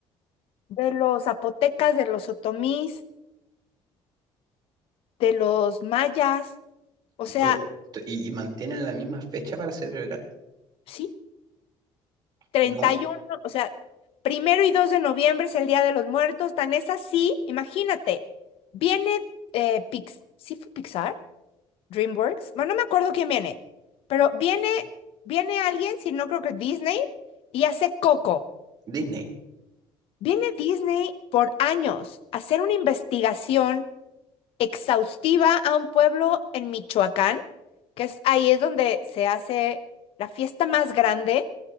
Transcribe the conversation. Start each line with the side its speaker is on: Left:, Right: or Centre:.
Left: de los zapotecas, de los otomís, de los mayas, o
Right: Y,
Left: sea,
Right: todo, to- y, y mantienen la misma fecha para celebrar.
Left: sí, treinta
Right: No,
Left: y uno o sea, primero y 2 de noviembre es el Día de los Muertos, tan es así, imagínate, viene eh, Pix, ¿sí fue Pixar? DreamWorks, bueno, no me acuerdo quién viene, pero viene, viene alguien, si no creo que Disney, y hace Coco.
Right: Disney,
Left: Viene Disney por años a hacer una investigación exhaustiva a un pueblo en Michoacán, que es ahí es donde se hace la fiesta más grande,